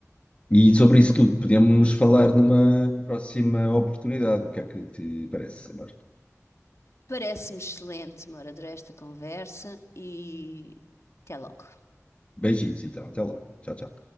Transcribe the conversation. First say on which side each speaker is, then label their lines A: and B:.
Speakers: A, on the left; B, on the left.
A: E sobre isso tudo podemos falar numa próxima oportunidade. O que é que te parece, Amor?
B: Parece-me excelente, Mora, esta conversa e até logo.
A: Beijinhos, então. Até logo. Tchau, tchau.